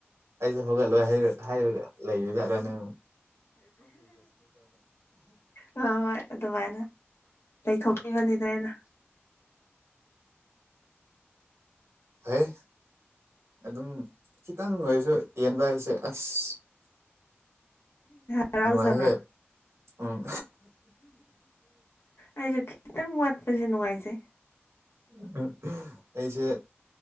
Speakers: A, on the right; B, on the left.
A: ꯑꯩꯁꯨ ꯍꯧꯒꯠꯂꯣꯏꯔ ꯍꯥꯏꯔꯒ ꯂꯩꯌꯦ ꯇꯔꯅꯦ
B: ꯍꯣꯏ ꯑꯗꯨꯃꯥꯏꯅ ꯂꯩꯊꯣꯛꯄꯤꯕꯅꯤꯗ ꯑꯩꯅ
A: ꯍꯥꯏ ꯑꯗꯨꯝ ꯈꯤꯇꯪ ꯑꯣꯏꯔꯁꯨ ꯇꯦꯟꯕ ꯍꯥꯏꯁꯦ ꯑꯁ
B: ꯍꯔꯥꯎꯖꯕ꯭ꯔꯥ
A: ꯑꯦꯍꯦ ꯎꯝ
B: ꯑꯩꯁꯨ ꯈꯤꯇꯪ ꯋꯥꯠꯄꯁꯦ ꯅꯨꯡꯉꯥꯏꯖꯩ
A: ꯎ ꯑꯩꯁꯦ